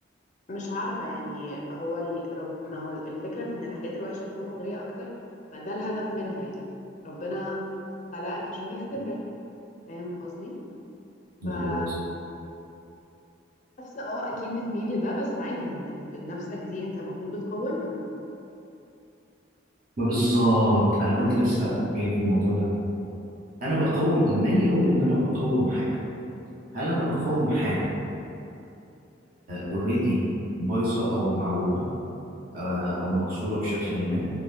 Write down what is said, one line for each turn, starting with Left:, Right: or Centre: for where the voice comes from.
Left: مش عارفة يعني هو ال... رب... ما هو الفكرة في إن الحاجات الوحشة تكون مغرية أكتر ما ده الهدف منها يعني ربنا خلقك عشان يختبرك فاهم قصدي؟
Right: مظبوط
Left: فالنفس اه أكيد بتميل لده بس عادي إن أنت بنفسك دي أنت المفروض بتقومها
Right: ما بالظبط أنا كنت لسه جاي في الموضوع ده انا بقوم لما اجي اقول ان انا بقوم حاجه هل انا بقوم حاجه اوريدي بايظه او معوجه آه او مكسوره بشكل ما